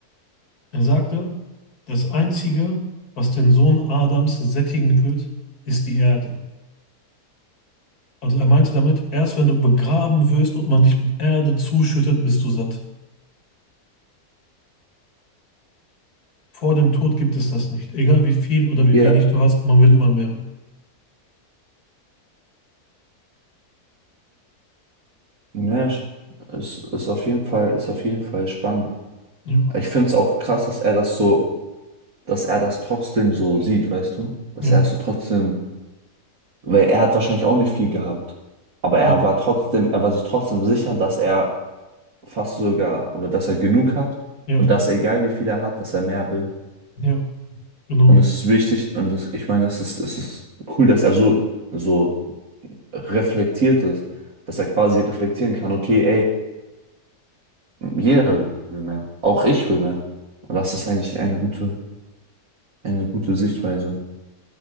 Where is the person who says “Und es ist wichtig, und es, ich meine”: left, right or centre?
Right